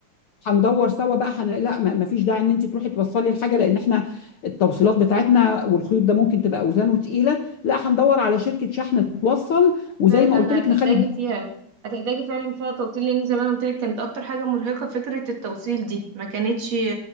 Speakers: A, on the left; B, on the right.
A: هندور سوا بقى حن... لا ما ما فيش داعي ان انت تروحي توصلي الحاجه لان احنا التوصيلات بتاعتنا والخيوط ده ممكن تبقى اوزانه تقيله لا هندور على شركه شحن توصل وزي
B: فعلا
A: ما قلت لك
B: هتحتاجي
A: نخلي الدفع
B: فيها هتحتاجي فعلا فيها توصيل لان زي ما أنا قلت لك كانت اكتر حاجه مرهقه فكره التوصيل دي ما كانتش